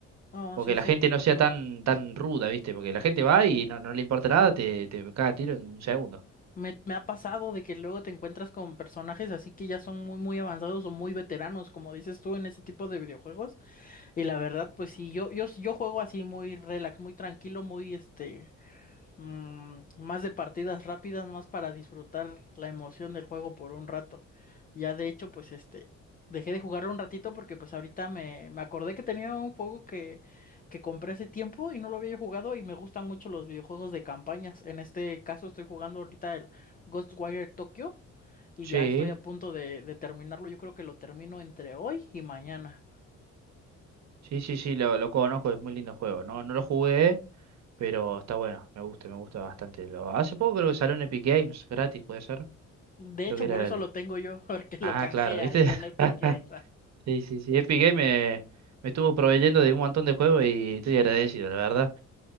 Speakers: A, on the left; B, on the right.
A: No,
B: O
A: sí,
B: que la
A: sí.
B: gente no sea tan, tan ruda, ¿viste? Porque la gente va y no, no le importa nada, te, te caga a tiro en un segundo.
A: Me, me ha pasado de que luego te encuentras con personajes así que ya son muy, muy avanzados o muy veteranos, como dices tú, en ese tipo de videojuegos. Y la verdad, pues sí, yo, yo, yo juego así muy relax, muy tranquilo, muy este. mm, más de partidas rápidas, más para disfrutar la emoción del juego por un rato. Ya de hecho, pues este, dejé de jugarlo un ratito porque pues ahorita me, me acordé que tenía un juego que, que compré hace tiempo y no lo había jugado y me gustan mucho los videojuegos de campañas. En este caso estoy jugando ahorita el Ghostwire Tokyo y
B: Sí,
A: ya estoy a punto de, de terminarlo. Yo creo que lo termino entre hoy y mañana.
B: sí, sí, sí, lo, lo conozco, es muy lindo juego. No, no lo jugué, pero está bueno, me gusta, me gusta bastante. Lo, hace poco creo que salió en Epic Games, gratis, puede ser.
A: De
B: Creo
A: hecho,
B: que era
A: por eso
B: el...
A: lo tengo yo, <laughs> porque lo
B: Ah,
A: canjeé
B: claro, ¿viste?
A: ahí en Epic
B: <laughs>
A: Games.
B: Sí, sí, sí. Epic Games me, me estuvo proveyendo de un montón de juegos y estoy agradecido, la verdad.